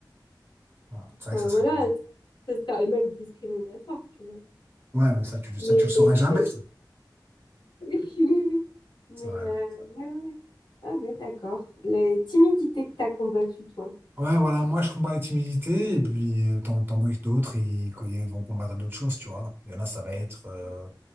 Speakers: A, on the right; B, on the left.
A: Ah,
B: enfin,
A: C'est vrai que ça serait.
B: voilà,
A: bon.
B: ce serait même discriminatoire, tu vois.
A: Ouais, mais ça, tu, le- ça,
B: Mais,
A: tu le saurais
B: mais
A: jamais,
B: c'est
A: ça.
B: Oui, <laughs> oui, oui. Mais,
A: Ça,
B: euh,
A: euh,
B: ouais, ouais. ouais. Ah, ouais, d'accord. La timidité que t'as combattue, toi.
A: Ouais, voilà, moi, je combats les timidités, et puis, euh, t'en- t'en as d'autres, ils, ils vont combattre d'autres choses, tu vois. Il y en a, ça va être, euh,